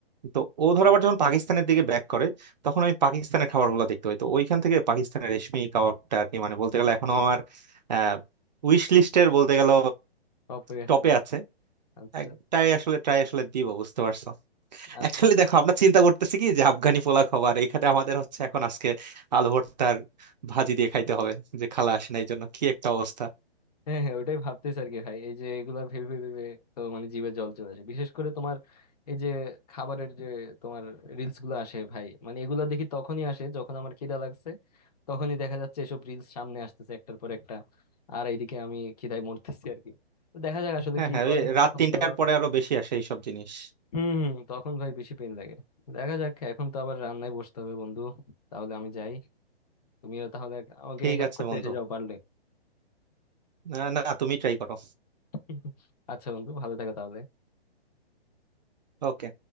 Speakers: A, on the right (about 45°); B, on the left (about 40°).
A: তো ও ধর আবার যখন পাকিস্তানের দিকে ব্যাক করে তখন আমি পাকিস্তানের খাবারগুলো দেখতে পাই তো ওইখান থেকে পাকিস্তানের রেশমি কাবাবটা আর কি মানে বলতে গেলে এখনো আমার আহ উইশ লিস্টের বলতে গেল
B: টপে আছে
A: টপে আছে
B: আচ্ছা
A: একটাই আসলে ট্রাই আসলে দিব বুঝতে পারছো অ্যাকচুয়ালি
B: আচ্ছা
A: দেখো আমরা চিন্তা করতেছি কি যে আফগানি পোলা খাবার এখানে আমাদের হচ্ছে এখন আজকে আলু ভর্তার ভাজি দিয়ে খাইতে হবে যে খালা আসে না এই জন্য কি একটা অবস্থা
B: হ্যাঁ হ্যাঁ ওটাই ভাবতেছি আর কি ভাই এই যে এগুলা ভেবে ভেবে ভেবে তো মানে জিভে জল চলে আসে বিশেষ করে তোমার এই যে খাবারের যে তোমার রিলস গুলো আসে ভাই মানে এগুলা দেখি তখনই আসে যখন আমার খিদা লাগছে তখনই দেখা যাচ্ছে এসব রিলস সামনে আসতেছে একটার পর একটা আর এইদিকে আমি খিদায় মরতেছি আর কি তো দেখা যাক আসলে
A: হ্যাঁ
B: কি
A: হ্যাঁ
B: হয়
A: ওই রাত
B: এখন
A: তিনটার
B: তো
A: পরে আরো বেশি আসে এইসব জিনিস
B: হম হম তখন ভাই বেশি পেন লাগে দেখা যাক এখন তো আবার রান্নায় বসতে হবে বন্ধু তাহলে আমি যাই তুমিও তাহলে আমাকে
A: ঠিক
B: হেল্প
A: আছে
B: করতে
A: বন্ধু
B: এসে যাও পারলে
A: আহ, না তুমি ট্রাই করো
B: <laughs> আচ্ছা বন্ধু ভালো থাকো তাহলে
A: ওকে